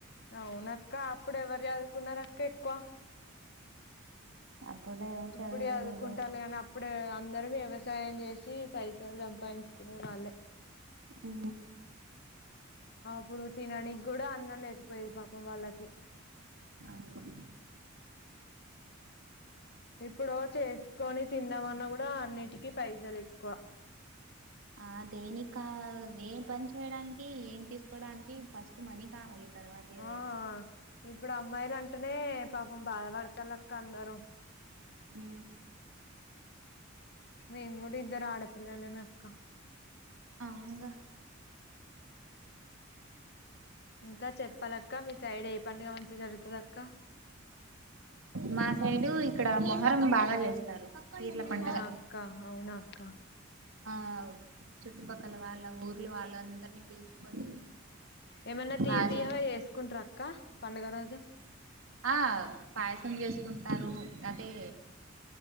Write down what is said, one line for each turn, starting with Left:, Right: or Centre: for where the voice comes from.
Left: అవునక్క అప్పుడు ఎవరు చదువుకున్నార్ అక్క ఎక్కువ
Right: అప్పుట్లో ఎవరు
Left: ఇప్పుడే
Right: చదువుకోలేదు
Left: అదుకుంటారు కానీ అప్పుడే అందరమ వ్యవస్ వ్యవసాయం చేసి పైసలు సంపాదించుకునే వాళ్ళే
Right: ఉ
Left: అప్పుడు తినడానికి కూడా అన్నం లేకపోయది పాపం వాళ్ళకి
Right: అవును
Left: ఇప్పుడు ఓ చేసుకొని తిందామన్నా కూడా అన్నిటికిీ పైసలు ఎక్కువ
Right: ఆ దేని కవ ఏం పని చేయడానికి ఏం తీసుకోడానికి ఫస్ట్ మనీ కావాలి తర్వాత ఏదైనా
Left: ఆ ఇప్పుడు అమ్మాయిలు అం టనే పాపం బాధ పడతలు అక్క అందరూ
Right: ఉ
Left: మేము కూడా ఇద్దరు ఆడపిల్లల మే అక్క
Right: అవునుగా
Left: ఇంకా చెప్పాలక్క మీ సైడ్ ఏ పండుగ మంచిగా జరుగుతది అక్క
Right: మా సైడు ఇక్కడ మొహరం బాగా చేస్తారు పీర్ల పండగ
Left: అవునా అక్క అవునా అక్క
Right: ఆ చుట్టుపక్కల వాళ్ళ ఊర్లు వాళ్ళందరినీ పిలుచుకొని
Left: ఏమన్నా తీయ్య
Right: బాగా
Left: తియ్యగా చేసుకుంట్రక్క పండుగ రోజు
Right: ఆ పాయసం చేసుకుంటారు అదే